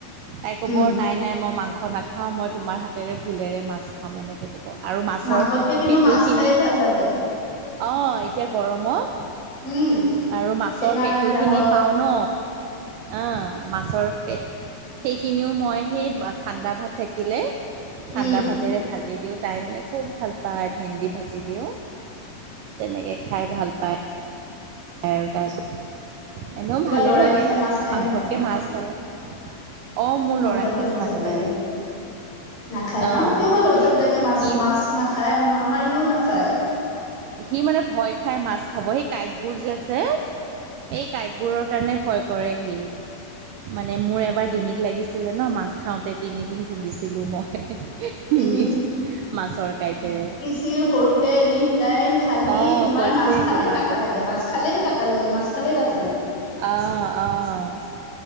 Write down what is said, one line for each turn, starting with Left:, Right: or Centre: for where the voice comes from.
Right: তাই ক'ব
Left: উম
Right: নাই, নাই মই মাংস নাখাওঁ মই তোমাৰ হাতেৰে ভুলেৰে মাছ খাম, এনেক কে ক'ব, আৰু মাছৰ
Left: মাংসতকে কিন্তু
Right: পেটুখিনি।
Left: মাছ খায়ে ভাল লাগে
Right: অ', এতিয়া গৰমত।
Left: উম
Right: আৰু মাছৰ
Left: টেঙাৰ
Right: পেটু
Left: আঞ্জা
Right: খিনি
Left: হওক
Right: পাও ন, অ', মাছৰ। পেট, সেইখিনিও মই সেই ঠাণ্ডা ভাত থাকিলে, ঠাণ্ডা
Left: উম
Right: ভাত ভাতেৰে ভাজি দিওঁ, তাই মানে খুব ভাল পায়, ভেন্দি ভাজি দিওঁ, তেনেকে খ খাই ভাল পায়। খাই আৰু তাই, এনেও
Left: তোমাৰ
Right: ভালেই
Left: লৰাই
Right: লাগে,
Left: পিছে মাছ খায়
Right: মাংসতকে,
Left: নে নাখায়
Right: মাছ ভাল। অ', মোৰ
Left: মাংসতকে
Right: ল'ৰাই মাছ নাখায়।
Left: ভাল লাগে নাখায়
Right: অঁ
Left: ন, কিয় বা ল'ৰা-ছোৱালী
Right: সি
Left: বিলাকে মাছ,
Right: সি
Left: মাছ নাখায়, আমাৰ ইও নাখায়।
Right: সি মানে ভয় খাই মাছ খাব, সেই কাঁটবোৰ যে আছে এই কাঁটবোৰৰ সেইকাৰণে ভয় কৰে সি। মানে মোৰ এবাৰ ডিঙিত লাগিছিলে ন, মাছ খাওঁতে তিনিদিন ভুগিছিলো মই। ডিঙিত
Left: অ
Right: মাছৰ কাঁইটৰে।
Left: সি সৰুতে এনি টাইম খালি,
Right: অ'
Left: তোমাৰ
Right: কৈছে
Left: মাছ খালে
Right: তোমাৰ
Left: কটা,
Right: কথা
Left: লাগে মাছ খালে কটা লাগে। কাটা লাগে, মাছ খালে কাট
Right: অ', অ'।